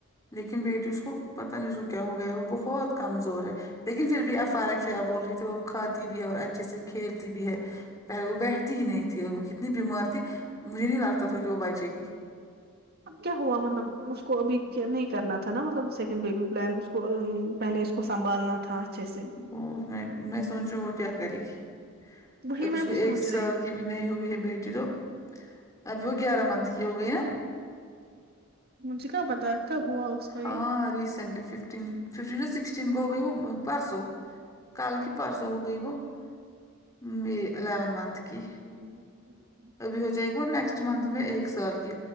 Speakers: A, on the left; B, on the right.
A: لیکن بیٹی اس کو پتہ نہیں اس کو کیا ہو گیا ہے وہ بہت کمزور ہے لیکن پھر بھی افارک ہے اب بول رہی تھی وہ کھاتی بھی ہے اور اچھے سے کھیلتی بھی ہے پہلے وہ بیٹھتی ہی نہیں تھی اور وہ کتنی بیمار تھی مجھے نہیں لگتا تھا کہ وہ بچے گی
B: کیا ہوا مطلب کو ابھی نہیں کرنا تھا نا مطلب سیکنڈ بیبی پلان اس کو پہلے اس کو سنبھالنا تھا اچھے سے
A: وہ میں میں سوچ رہا ہوں وہ کیا کرے گی
B: وہی
A: اب
B: میں
A: اس کو
B: بھی سوچ
A: ایک سال
B: رہی
A: کی بھی نہیں ہوئی ہے بیٹی تو اب وہ گیارہ منتھ کی ہو گئی نا
B: مجھے کیا پتا کب ہوا اس کو یہ
A: ہاں ریسینٹلی ففٹین ففٹین سکسٹین کو ہو گئی وہ پرسو کال کی پرسو ہو گئی وہ ہمم الیونت منتھ کی
B: ہوں
A: ابھی ہو جائے وہ نیکسٹ منتھ میں ایک سال کی